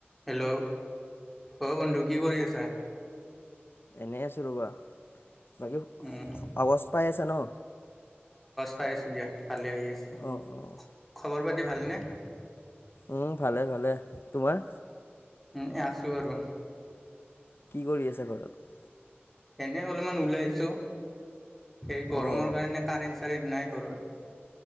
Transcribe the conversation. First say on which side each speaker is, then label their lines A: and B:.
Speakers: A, in the centre; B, on the left.
A: Hello, অ' বন্ধু কি কৰি আছা।
B: এনে আছোঁ ৰ'বা। বাকী
A: উম
B: আগছ পাই আছে ন।
A: পাইছোঁ দিয়া ভালে আহি আছে
B: অঁ অঁ
A: খবৰ পাতি ভালনে।
B: উম, ভালে- ভালে তোমাৰ।
A: উম, এই আছোঁ আৰু।
B: কি কৰি আছা ঘৰত।
A: এনে অলমান ওলাই আহিছো, এই গৰমৰ
B: অঁ অঁ
A: কাৰণে কাৰেণ কাৰেণ্ট নাই ঘৰত।